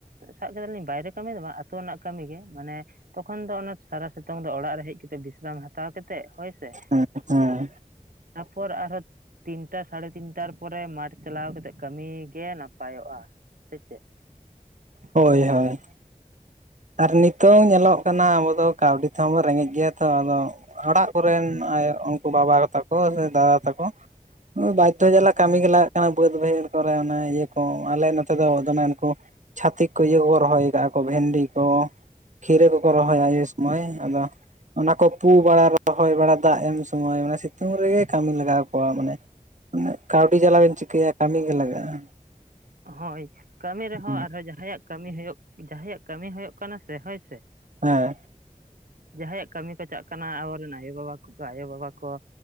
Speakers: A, on the right; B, on the right.
A: ᱥᱟᱵ ᱠᱮᱫᱟᱞᱤᱧ ᱵᱟᱭᱨᱮ ᱠᱟᱹᱢᱤᱮᱫ ᱵᱟᱝ ᱟᱛᱳ ᱨᱮᱱᱟᱜ ᱠᱟᱹᱢᱤᱜ ᱜᱮ ᱢᱟᱱᱮ ᱛᱚᱠᱷᱚᱱ ᱫᱚ ᱥᱟᱨᱟ ᱥᱤᱛᱝ ᱫᱚ ᱚᱲᱟᱜ ᱨᱮ ᱦᱮᱡ ᱠᱟᱛᱮ ᱵᱤᱥᱨᱟᱢ ᱦᱟᱛᱟᱣ ᱠᱟᱛᱮᱮᱫ ᱦᱳᱭ ᱥᱮ
B: ᱦᱩᱸ ᱦᱩᱸ
A: ᱛᱟᱯᱚᱨ ᱟᱨᱦᱚ ᱛᱤᱱᱴᱟ ᱥᱟᱲᱮ ᱛᱤᱱᱴᱟᱨ ᱯᱚᱨ ᱪᱟᱞᱟᱣ ᱠᱟᱛᱮ ᱠᱟᱹᱢᱤ ᱜᱮ ᱱᱟᱯᱟᱭᱚᱜᱼᱟ ᱥᱮ ᱪᱮᱫ
B: ᱦᱳᱭ ᱦᱳᱭ ᱟᱨ ᱱᱤᱛᱳ ᱧᱮᱞᱚᱜ ᱠᱟᱱᱟ ᱟᱵᱚ ᱫᱚ ᱠᱟᱹᱣᱰᱤ ᱱᱤᱛ ᱦᱚᱸ ᱫᱚ ᱨᱮᱸᱜᱮᱡ ᱜᱮᱭᱟ ᱛᱚ ᱟᱫᱚ ᱚᱲᱟᱜ ᱠᱚᱨᱮᱱ ᱩᱱᱠᱩ ᱵᱟᱵᱟ ᱛᱟᱠᱚ ᱥᱮ ᱫᱟᱫᱟ ᱛᱟᱠᱚ ᱵᱟᱫᱽᱫᱷᱚ ᱡᱟᱞᱟ ᱠᱟᱹᱢᱤ
A: ᱦᱳᱭ
B: ᱜᱮ ᱞᱟᱜᱟᱜ ᱠᱟᱱᱟ ᱵᱟᱹᱫᱽ ᱵᱟᱹᱭᱷᱟᱹᱲ ᱠᱚᱨᱮ ᱤᱭᱟᱹ ᱠᱚ ᱟᱞᱮ ᱱᱚᱛᱮ ᱫᱚ ᱫᱚᱢᱮ ᱩᱱᱠᱩ ᱪᱷᱟᱛᱤᱠ ᱠᱚ ᱤᱭᱟᱹ ᱠᱚ ᱨᱚᱦᱚᱭ ᱟᱠᱟᱟᱜᱼᱟ ᱠᱚ ᱵᱷᱮᱱᱰᱤ ᱛᱚ ᱠᱷᱤᱨᱟᱹ ᱠᱚᱠᱚ ᱨᱚᱦᱚᱭᱟ
A: ᱦᱳᱭ
B: ᱤᱭᱟᱹ ᱥᱩᱢᱚᱭ ᱟᱫᱚ ᱚᱱᱟ ᱠᱚ ᱯᱩ ᱵᱟᱲᱟ ᱨᱚᱦᱚᱭ ᱵᱟᱲᱟ ᱫᱟᱜ ᱮᱢ ᱥᱚᱢᱚᱭ ᱢᱮ ᱥᱤᱛᱩᱝ ᱨᱮᱜᱮ ᱠᱟᱹᱢᱤ ᱞᱟᱜᱟᱣ ᱠᱚᱣᱟ ᱢᱟᱱᱮ ᱠᱟᱹᱣᱰᱤ ᱡᱟᱞᱟ ᱵᱮᱱ ᱪᱤᱠᱟᱹᱭᱟ ᱠᱟᱹᱢᱤ ᱜᱮ ᱞᱟᱜᱟᱜᱼᱟ
A: ᱦᱳᱭ ᱠᱟᱹᱢᱤ ᱨᱮᱦᱚᱸ
B: ᱦᱮᱸ
A: ᱟᱨᱦᱚᱸ ᱡᱟᱦᱟᱸᱭᱟᱜ ᱠᱟᱹᱢᱤ ᱦᱩᱭᱩᱜ ᱡᱟᱦᱟᱸᱭᱟᱜ ᱠᱟᱹᱢᱤ ᱦᱩᱭᱩᱜ ᱠᱟᱱᱟ ᱥᱮ ᱦᱳᱭ ᱥᱮ
B: ᱦᱮᱸ
A: ᱡᱟᱦᱟᱸᱭᱟᱜ ᱠᱟᱹᱢᱤ ᱠᱚ ᱪᱟᱜ ᱠᱟᱱᱟ ᱟᱵᱚᱨᱮᱱ ᱟᱭᱳᱼᱵᱟᱵᱟ ᱠᱚ ᱟᱭᱳᱼᱵᱟᱵᱟ ᱠᱚ